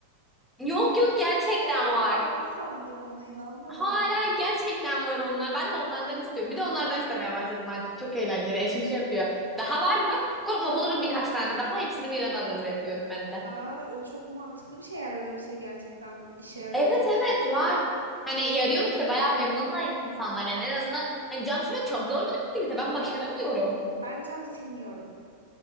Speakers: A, in the centre; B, on the right (about 80°).
A: Yok yok
B: <laughs>
A: gerçekten
B: AI
A: var.
B: falan sandım ona inanmadım
A: Hala
B: ona.
A: gerçekten var onlar. Ben de onlardan istiyorum. Bir de onlardan istemeye başladım artık. Çok eğlenceli. Eşim şey yapıyor. Daha var mı? Korkma bulurum birkaç tane daha. Hepsini birden alırız yapıyorum ben de.
B: Aa, o çok mantıklı bir şey eğer öyle bir şey gerçekten işe yarıyorsa.
A: Evet evet
B: ya.
A: var. Hani yarıyormuş işte bayağı memnun da insanlar yani en azından hani cam silmek çok zor bir aktivite ben başaramıyorum.
B: Ben cam silmiyorum.